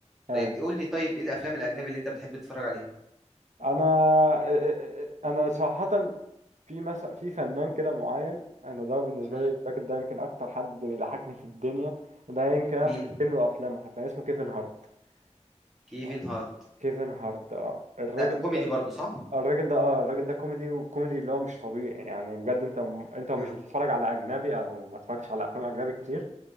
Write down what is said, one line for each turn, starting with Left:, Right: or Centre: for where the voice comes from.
Right: ايوه
Centre: طيب قول لي طيب ايه الافلام الاجنبي اللي انت بتحب تتفرج عليها
Right: انا آه، آه، آه، آه، انا صراحه في مثلا في فنان كده معين انا ده بالنسبه
Centre: امم
Right: لي الراجل ده يمكن اكتر حد بيضحكني في الدنيا ده يمكن انا
Centre: مين
Right: مختم له افلامه حتى اسمه كيفن هارت
Centre: كيفن
Right: ف-
Centre: هارت
Right: كيفن هارت اه الراجل
Centre: ده كوميدي
Right: ده
Centre: برضو صح
Right: الراجل ده اه الراجل ده كوميدي وكوميدي اللي هو مش طبيعي يعني بجد انت انت مش
Centre: اه
Right: بتتفرج على اجنبي او ما اتفرجتش على افلام اجنبي كتير